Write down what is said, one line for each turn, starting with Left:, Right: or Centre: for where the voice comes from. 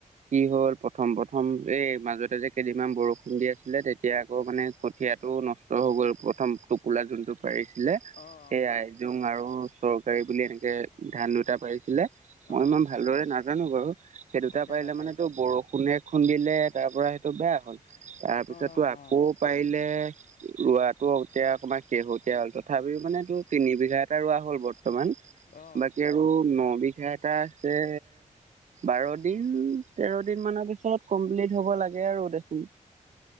Right: কি হ'ল প্ৰথম প্ৰথম এই মাজতে যে কেইদিনমান বৰষুণ দি আছিলে, তেতিয়া আকৌ মানে কঠিয়া টো নষ্ট হৈ গ'ল, প্ৰথম টোপোলা যোনটো পাৰিছিলে
Left: অ অ
Right: সেইয়াই। জোং আৰু চৰকাৰী বুলি এনেকে ধান দুটা পাৰিছিলে, মই
Left: অ
Right: ইমান ভালদৰে নাজ জানো বাৰু, সেই দুটা
Left: তাকে
Right: পাৰিলে
Left: তাকে
Right: মানেটো বৰষুণে খুন্দিলে, তাৰপৰা সেইটো বেয়া হ'ল। তাৰপিছতটো
Left: অ অ
Right: আকৌ
Left: অ
Right: পাৰিলে ৰোৱাতো এতিয়া অকমান শেহতিয়া হ'ল, তথাপিও মানে তোৰ তিনিবিঘা এটা ৰোৱা হ'ল বৰ্ত ৰ্তমান,
Left: অ
Right: বাকী আৰু ন বিঘা এটা আছে বাৰদিন, তেৰদিন মানৰ পিছত কমপ্লিট হ'ব লাগে আৰু দেখোন।